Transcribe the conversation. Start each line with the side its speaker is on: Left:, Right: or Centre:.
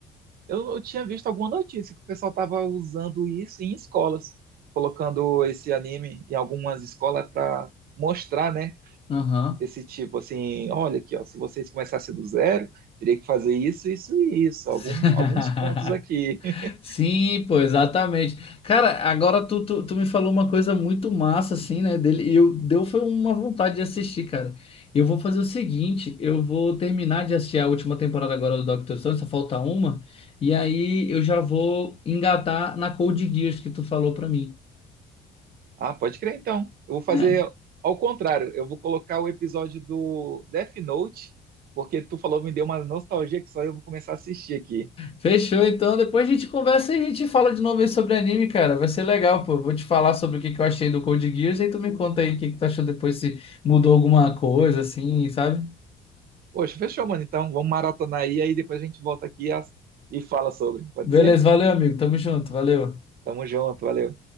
Right: Eu, eu tinha visto alguma notícia que o pessoal tava usando isso em escolas, colocando esse anime em algumas escolas para mostrar, né?
Left: Aham.
Right: esse tipo assim, olha aqui, ó, se vocês começassem do zero, teria que fazer isso, isso e isso,
Left: <laughs>
Right: algum, alguns pontos aqui. <laughs>
Left: Sim, pô, exatamente. Cara, agora tu, tu, tu me falou uma coisa muito massa, assim, né, dele, e eu, deu foi uma vontade de assistir, cara. Eu vou fazer o seguinte, eu vou terminar de assistir a última temporada agora do Doctor Stone, só falta uma, e aí eu já vou engatar na Code Geass que tu falou pra mim.
Right: Ah, pode crer então. Eu vou fazer
Left: É.
Right: ao contrário, eu vou colocar o episódio do Death Note, porque tu falou, me deu uma nostalgia que só eu vou começar a assistir aqui.
Left: Fechou, então, depois a gente conversa e a gente fala de novo aí sobre anime, cara. Vai ser legal, pô. Eu Vou te falar sobre o que que eu achei do Code Geass, e tu me conta aí o que que tu achou depois, se mudou alguma coisa, assim, sabe?
Right: Poxa, fechou, mano. Então, vamos maratonar aí, aí depois a gente volta aqui as- e fala sobre. Pode
Left: Beleza,
Right: ser?
Left: valeu, amigo. Tamo junto, valeu.
Right: Tamo junto, valeu.